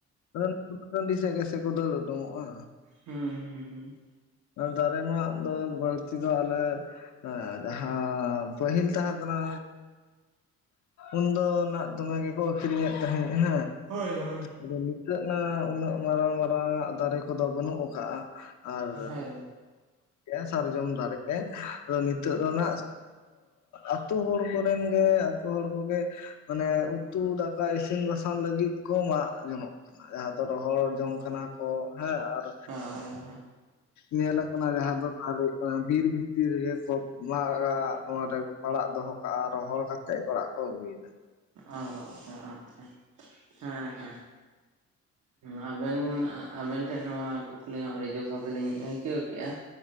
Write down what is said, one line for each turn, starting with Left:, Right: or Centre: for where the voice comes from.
Left: ᱟᱫᱚ ᱩᱱᱠᱩ ᱴᱟᱺᱰᱤ ᱥᱮᱫ ᱜᱮᱥᱮ ᱠᱚ ᱫᱟᱹᱲ ᱩᱰᱩᱝᱼᱚᱜᱼᱟ?
Right: ᱦᱩᱸ ᱦᱩᱸ᱾
Left: ᱫᱟᱨᱮ ᱢᱟᱜ ᱫᱚ ᱵᱟᱹᱲᱛᱤ ᱫᱚ ᱟᱞᱮ ᱮᱸᱫ ᱡᱟᱦᱟᱸ ᱯᱟᱹᱦᱤᱞ ᱛᱟᱦᱮᱸ ᱠᱟᱱᱟ᱾ ᱩᱱᱫᱚ ᱱᱟᱜ ᱫᱚᱢᱮ ᱜᱮᱠᱚ ᱟᱹᱠᱷᱨᱤᱧᱮᱫ ᱛᱟᱦᱮᱸᱫ ᱦᱮᱸ,
Right: ᱦᱳᱭ ᱦᱳᱭ᱾
Left: ᱟᱫᱚ ᱱᱤᱛᱚᱜ ᱱᱟ ᱩᱱᱟᱹᱜ ᱢᱟᱨᱟᱝ ᱢᱟᱨᱟᱝ ᱟᱜ ᱫᱟᱨᱮ ᱠᱚᱫᱚ ᱵᱟᱹᱱᱩᱜ ᱠᱟᱟᱜᱼᱟ᱾ ᱟᱨ
Right: ᱦᱩᱸ ᱦᱳᱭ
Left: <unintelligible> ᱥᱟᱨᱡᱚᱢ ᱫᱟᱨᱮ ᱨᱮ ᱟᱫᱚ ᱱᱤᱛᱚᱜ ᱫᱚ ᱱᱟᱸᱜ ᱟᱛᱩ ᱦᱚᱲ ᱠᱚᱨᱮᱱ ᱜᱮ ᱟᱛᱩ ᱦᱚᱲ ᱠᱚᱜᱮ ᱢᱟᱱᱮ ᱩᱛᱩ ᱫᱟ ᱚᱱᱠᱟ ᱤᱥᱤᱱ ᱵᱟᱥᱟᱝ ᱞᱟᱹᱜᱤᱫ ᱠᱚ ᱢᱟᱜ ᱡᱚᱱᱚᱜ ᱠᱟᱱᱟ ᱡᱟᱦᱟᱸ ᱫᱚ ᱨᱚᱦᱚᱲ ᱡᱚᱝ ᱠᱟᱱᱟ ᱚ ᱦᱮᱸ ᱟᱨ
Right: ᱦᱳᱭ ᱦᱳᱭ ᱦᱩᱸ
Left: ᱧᱮᱞᱟᱠ ᱡᱟᱦᱟᱸ ᱫᱚ ᱛᱟᱦᱚᱞᱮ ᱵᱤᱨ ᱵᱷᱤᱛᱤᱨ ᱨᱮᱜᱮ ᱠᱚ ᱢᱟᱜᱟ ᱱᱚᱣᱟ ᱨᱮᱠᱚ ᱯᱟᱲᱟᱜ ᱫᱚᱦᱚ ᱨᱚᱦᱚᱲ ᱠᱟᱛᱮᱫ ᱚᱲᱟᱜ ᱠᱚ ᱟᱹᱜᱩᱭᱫᱟ᱾
Right: ᱚ ᱚᱝᱠᱟ <unintelligible> ᱦᱮᱸ ᱦᱮᱸ᱾ ᱦᱮᱸ ᱟᱵᱮᱱ ᱟᱵᱮᱱ ᱴᱷᱮᱱ ᱱᱚᱣᱟ ᱠᱩᱠᱞᱤ ᱦᱚᱸ ᱟᱹᱰᱤ ᱡᱳᱚᱥᱟᱛᱞᱤᱧ ᱟᱹᱭᱠᱟᱹᱣ ᱠᱮᱫᱮᱜᱼᱟ,